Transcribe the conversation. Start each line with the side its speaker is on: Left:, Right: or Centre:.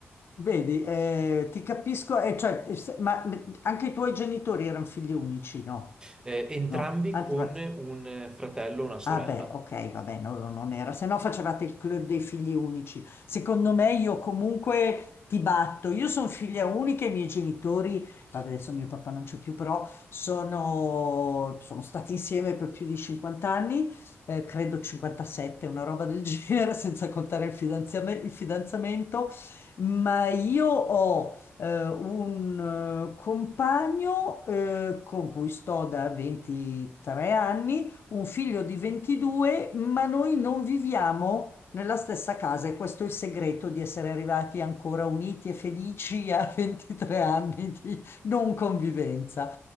Left: Vedi, eh, ti capisco, eh, cioè, eh, se- ma ma anche i tuoi genitori erano figli unici, no?
Right: eh, entrambi
Left: No, anzi,
Right: con
Left: basta.
Right: un eh, fratello e una sorella.
Left: Ah beh, ok, vabbè, no, no, non era, se no facevate il club dei figli unici. Secondo me io comunque ti batto, io sono figlia unica, i miei genitori, vabbè, adesso mio papà non c'è più, però sono, sono stati insieme per più di 50 anni, eh, credo 57, una roba del <laughs> genere, senza contare il fidanziame- il fidanzamento, ma io ho eh, un eh, compagno eh, con cui sto da 23 anni un figlio di 22, ma noi non viviamo nella stessa casa e questo è il segreto di essere arrivati ancora uniti e felici <laughs> a 23 anni di non convivenza.